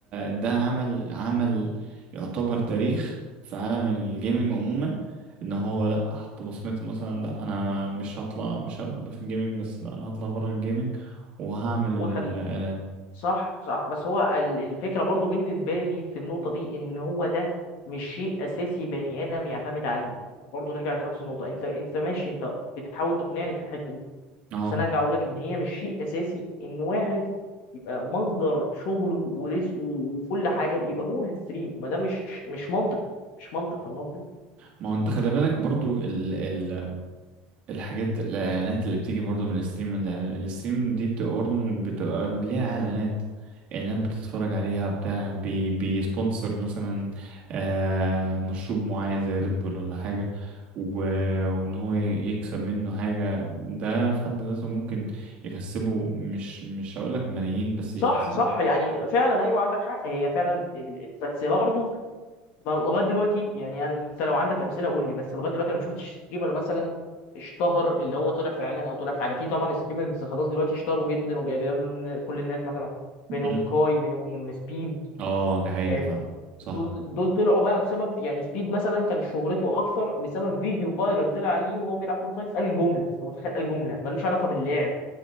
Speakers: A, on the right; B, on the left.
A: ده عمل عمل يعتبر تاريخ في عالم الجيمنج عموما ان هو لا حط بصمته مثلا لا انا مش هطلع مش هبقى في الجيمنج بس لا انا هطلع بره الجيمنج وهعمل
B: هو خل...
A: اعلان
B: صح صح بس هو ال- الفكرة برضو بالنسبة لي في النقطة دي ان هو ده مش شيء اساسي بني ادم يعتمد عليه برضو نرجع لنفس النقطة انت انت ماشي انت بتحاول تقنعني في الحتة دي
A: اه
B: بس انا ارجع اقول لك ان هي مش شيء اساسي ان واحد يبقى مصدر شغله ورزقه وكل حاجة يبقى هو الستريم ما ده مش مش منطق مش منطق فاهم قصدي؟
A: ما هو انت خلي بالك برضو ال الحاجات الاعلانات اللي بتيجي برضو من الستريم من الإعلان- الستريم دي بتبقى برضو من- بتبقى ليها اعلانات اعلان بتتفرج عليها بتاع بي بيسبونسر مثلا آه مشروب معين زي ريد بول ولا حاجة و... وان هو ي- يكسب منه حاجة ده في حد ذاته ممكن يكسبه مش مش هقولك ملايين بس
B: صح
A: يكسب
B: صح يعني فعلا ايوه عندك حق هي فعلا ال- بس برضه ما- لغايه دلوقتي يعني أنا- انت لو عندك امثله قول لي بس لغايه دلوقتي انا ما شفتش ستريمر مثلا اشتهر اللي هو طلع في اعلان او طلع في حاجه في طبعا ستريمرز خلاص دلوقتي اشتهروا جدا وبيقابلوا النا- كل الناس مثلا منهم
A: مم.
B: كاي منهم سبيد
A: اه دي حقيقة
B: فاهم
A: فعلا صح
B: دول دول طلعوا بقى بسبب يعني سبيد مثلا كان شهرته اكثر بسبب فيديو فايرال طلع عليه وهو بيلعب فورتنايت قال جمله أنت متخيل قال جمله ملوش علاقه باللعب